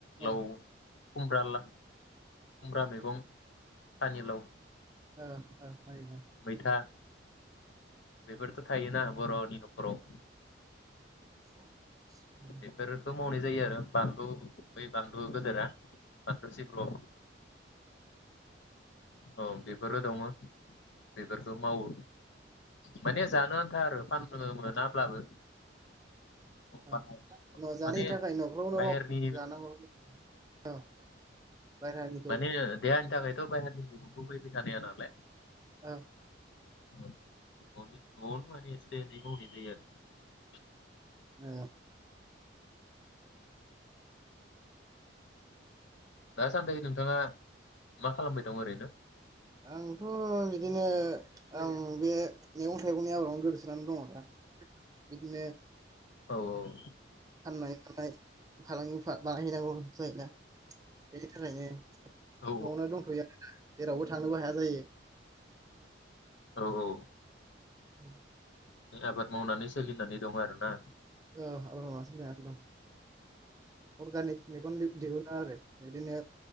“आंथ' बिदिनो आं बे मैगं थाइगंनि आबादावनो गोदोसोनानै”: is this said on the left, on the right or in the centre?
Right